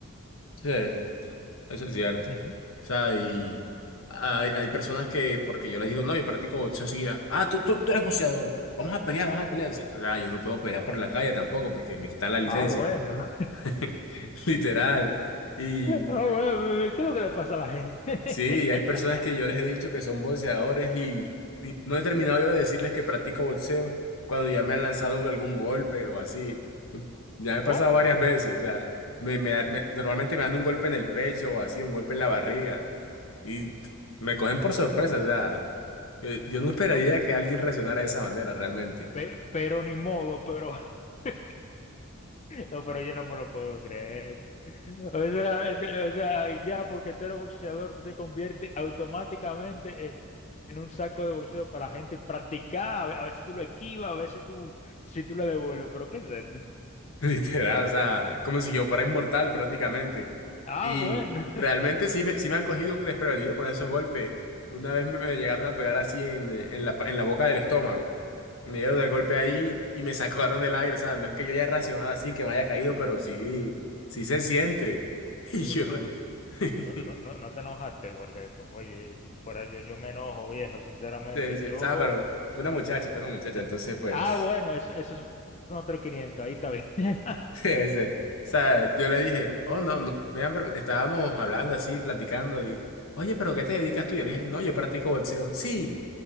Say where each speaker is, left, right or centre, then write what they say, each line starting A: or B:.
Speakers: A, on the left; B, on the left.
A: Sí. Eso es cierto.
B: Ujú.
A: O sea, y hay, hay personas que, porque yo les digo, no, yo practico boxeo enseguida. Ah, tú, tú, tú eres boxeador. Vamos a pelear, vamos a pelear. Dice, O sea, yo no puedo pelear por la calle tampoco porque me quitan la licencia.
B: Ah, bueno. <laughs>
A: <laughs> Literal. Y
B: Ah, bueno, ¿qué es lo que le pasa a la gente? <laughs>
A: sí, hay personas que yo les he dicho que son boxeadores y, y no he terminado yo de decirles que practico boxeo cuando ya me han lanzado algún golpe o así. Ya me ha
B: ¿Oh?
A: pasado varias veces. O sea, me, me, me- normalmente me dan un golpe en el pecho o así, un golpe en la barriga. Y me cogen por sorpresa, o sea, yo, yo no esperaría
B: No,
A: que alguien reaccionara de esa manera realmente.
B: pe- pero ni modo, pero... <laughs> No, pero yo no me lo puedo creer. O sea, este- o sea, ya porque tú eres boxeador, tú te conviertes automáticamente en en un saco de boxeo para la gente practicar, a ver, a ver si tú lo esquivas, a ver si tú, si tú lo devuelves. Pero ¿qué es esto?
A: <laughs> Literal,
B: <laughs>
A: o sea, como si yo fuera inmortal prácticamente.
B: Ah,
A: Y
B: bueno.
A: realmente sí me, sí me han cogido desprevenido con esos golpes. Una vez me, me llegaron a pegar así en, en la, en la boca del estómago. Me dieron el golpe ahí y me <laughs> sacaron el aire. O sea, no es que yo haya reaccionado así, que me haya caído, pero sí, sí se siente. <laughs> Y
B: Oye,
A: yo
B: pero
A: no. <laughs>
B: no, no, no, no te enojaste porque, co- oye, si fuera yo, yo me enojo, viejo, sinceramente.
A: sí, sí,
B: Yo,
A: o sea, pero fue una muchacha, fue una muchacha. Entonces, pues.
B: Ah, bueno, eso, eso son otros 500, ahí está bien. <laughs>
A: <laughs> Sí, sí. O sea, yo le dije, oh, no, no, me han pre- estábamos hablando así, platicando y, oye, pero ¿qué te dedicas tú? Yo le dije, no, yo practico boxeo. Sí,